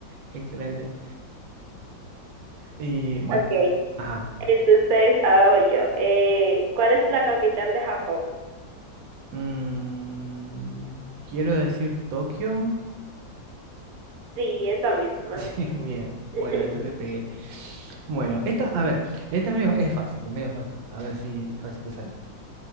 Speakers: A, on the right; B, on the right.
A: Excelente. Y bueno,
B: Okay,
A: ajá.
B: entonces ahora voy yo. Eh, ¿cuál es la capital de Japón?
A: Mm, quiero decir Tokio. <laughs>
B: Sí, esa misma.
A: Sí, bien.
B: <laughs>
A: Bueno, a eso le pegué. Bueno, esta, a ver, esta es medio, es fácil, es medio fácil. A ver si, a ver si te sale.